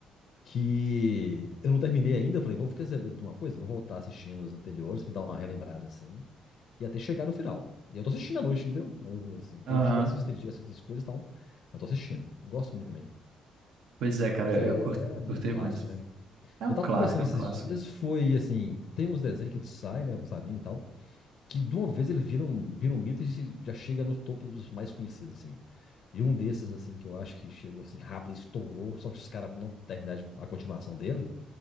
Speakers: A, on the left; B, on the right.
A: Que eu não terminei ainda. Eu falei, vou ficar sabendo de uma coisa, vou voltar assistindo os anteriores, me dar uma relembrada assim. E até chegar no final. E eu tô assistindo à noite, entendeu? Eu, assim, tem
B: Aham.
A: dia que eu assisto, tem dia que eu assisto as coisas e tal. Mas tô assistindo. Gosto muito também.
B: Pois é, cara,
A: Mas é,
B: eu cur- eu
A: é muito
B: curti
A: clássico,
B: muito.
A: né?
B: É um
A: Eu tava
B: clássico,
A: conversando
B: é
A: esses
B: um clássico.
A: dias, foi assim, tem uns desenhos que eles saem, né? Uns anime e tal, que de uma vez eles viram, viram um mito e se- já chega no topo dos mais conhecidos, assim. E um desses, assim, que eu acho que chegou assim rápido, estourou, só que os caras não terminaram de- a continuação dele,